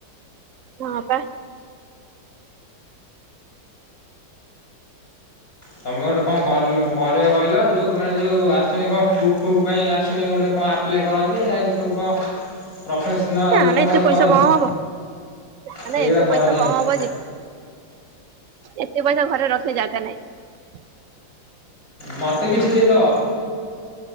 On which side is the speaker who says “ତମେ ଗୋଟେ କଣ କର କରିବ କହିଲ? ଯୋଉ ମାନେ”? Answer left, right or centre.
Left